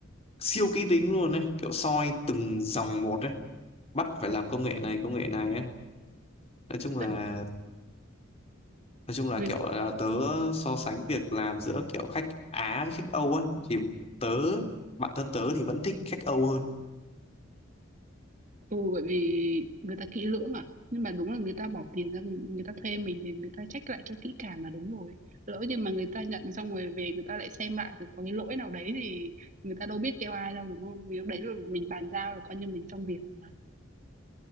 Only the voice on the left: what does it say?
siêu kỹ tính luôn đấy kiểu soi từng dòng một đấy bắt phải làm công nghệ này công nghệ này ấy. nói chung là
nói chung là
kiểu là tớ so sánh việc làm giữa kiểu khách Á với khách Âu á thì tớ bản thân tớ thì vẫn thích khách Âu hơn